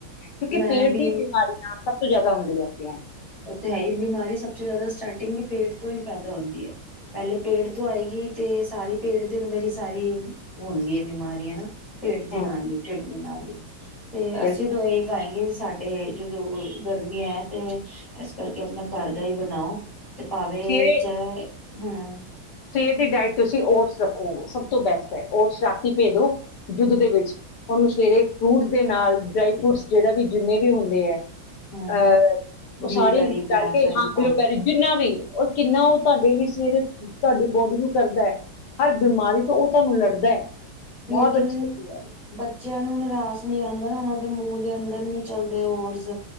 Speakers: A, on the left; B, on the left.
A: ਕਿਉਂਕਿ ਪੇਟ
B: ਮੈਂ ਵੀ
A: ਦੀ ਬਿਮਾਰੀਆਂ ਸਭ ਤੋਂ ਜ਼ਿਆਦਾ ਦਾਲ ਰੋਟੀ ਹਾ
B: ਉੱਥੇ ਹੈ ਹੀ ਬਿਮਾਰੀ ਸਭ ਤੋਂ ਜ਼ਿਆਦਾ ਸਟਾਰਟਿੰਗ ਪੇਟ ਤੋਂ ਹੀ ਪੈਦਾ ਹੁੰਦੀ ਹੈ। ਪਹਿਲੇ ਪੇਟ ਤੋਂ ਆਏਗੀ ਤੇ ਸਾਰੀ ਪੇਟ ਦੇ ਅੰਦਰ ਹੀ ਸਾਰੀ ਓ ਹੁੰਦੀ ਹੈ, ਬਿਮਾਰੀ ਹਨਾ। ਪੇਟ ਦੇ
A: ਹਮ
B: ਨਾਲ ਹੀ ਢਿੱਡ ਦੇ ਨਾਲ ਹੀ ਤੇ
A: ਬਿਲਕੁਲ
B: ਅਸੀਂ ਓਹੀ ਖਾਏਗੇ ਜਿਸ ਸਾਡੇ ਜਦੋਂ ਗਰਮੀ ਹੈ ਤੇ ਇਸ ਕਰਕੇ ਆਪਣਾ ਘਰ ਦਾ ਹੀ ਬਣਾਓ। ਤੇ ਭਾਵੇ
A: ਸਵੇਰੇ
B: ਚਾਹੇ ਹੂੰ।
A: ਸਵੇਰ ਦੀ ਡਾਇਟ ਤੁਸੀਂ ਓਟਸ ਰੱਖੋ ਸਭ ਤੋਂ ਬੈਸਟ ਹੈ ਓਟਸ ਰਾਤੀ ਭੇਅ ਦੳ ਦੁੱਧ ਦੇ ਵਿੱਚ। ਓਨੂੰ ਸਵੇਰੇ ਫਰੂਟਸ ਦੇ ਨਾਲ ਡਰਾਈ ਫਰੂਟਸ ਜਿਹੜਾ ਵੀ ਜਿੰਨੇ ਵੀ ਹੁੰਦੇ ਹੈ।
B: ਹੂੰ
A: ਅ ਉਹ
B: ਬਲੂਬੈਰੀ
A: ਸਾਰੀ ਵਿੱਚ
B: ਬਲੈਕਬੈਰੀ
A: ਤਲ ਕੇ ਹਾਂ
B: ਪਾ
A: ਬਲੂਬੈਰੀ ਜਿੰਨਾ ਵੀ ਉਹ ਕਿੰਨਾ ਉਹ ਤੁਹਾਡੇ ਲਈ ਸਵੇਰੇ ਤੁਹਾਡੀ ਬੋਡੀ ਨੂੰ ਕਰਦਾ ਹੈ ਹਰ ਬਿਮਾਰੀ ਤੋਂ ਉਹ ਤੁਹਾਨੂੰ ਲੜਦਾ ਹੈ। ਬਹੁਤ
B: ਲੇਕਿਨ,
A: ਅੱਛੀ ਹੁੰਦੀ ਹੈ
B: ਬੱਚਿਆਂ ਨੂੰ ਨਿਰਾਸ਼ ਆਉਂਦਾ ਨਾ ਉਹ ਦੇ ਮੂੰਹ ਦੇ ਅੰਦਰ ਨੀ ਚਲਦੇ ਓਰਜ਼